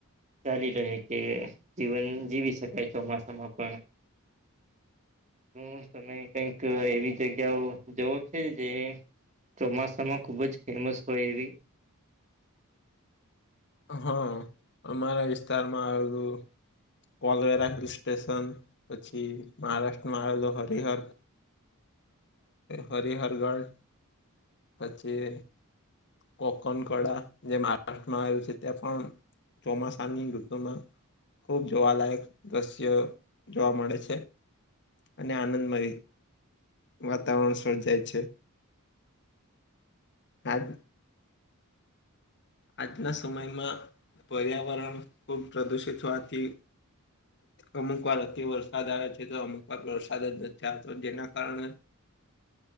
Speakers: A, on the right (about 35°); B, on the left (about 55°).
A: ચાલી રહે કે જીવન જીવી શકાય, ચોમાસામાં પણ. શું તમે કંઈક એવી જગ્યાઓ જોવો છે, જે? ચોમાસામાં ખુબ જ ફેમસ હોય એવી
B: હા, અમારા વિસ્તારમાં આવું પોલવેરા હિલ સ્ટેશન, પછી મહારાષ્ટ્રમાં આવેલો હરિહર હરિહર ગઢ પછી કોકોન કળા જે મહારાષ્ટ્રમાં આવ્યું છે. ત્યાં પણ ચોમાસાની ઋતુમાં ખૂબ જોવાલાયક દ્રશ્ય જોવા મળે છે, અને આનંદમય વાતાવરણ સર્જાય છે. આજ આજના સમયમાં પર્યાવરણ ખૂબ પ્રદુષિત હોવાથી. અમુક વાર અતિ વરસાદ આવ્યો છે, તો અમુક વાર વરસાદ જ નથી થતો, જેના કારણે
A: <unintelligible>